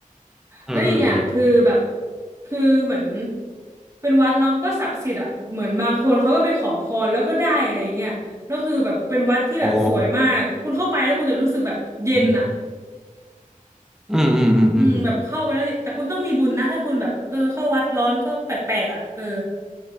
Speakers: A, in the centre; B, on the right.
A: ืมอืมอืม
B: แล้วอีกอย่างคือแบบคือเหมือนเป็นวัดเนาะก็ศักดิ์สิทธิ์อ่ะเหมือนบางคนเขาก็ไปขอพรแล้วก็ได้อะไรอย่างเงี้ยแล้วคือแบบเป็นวัดที่แบบสวยมากคุณเข้าไปแล้วคุณจะรู้สึกแบบเย็นอ่ะ
A: อ๋ออืมอืมอืมอืมอืม
B: อืมแบบเข้าไปแล้วแต่คุณต้องมีบุญนะถ้าคุณแบบเออเข้าวัดร้อนก็แปลกๆอ่ะเออ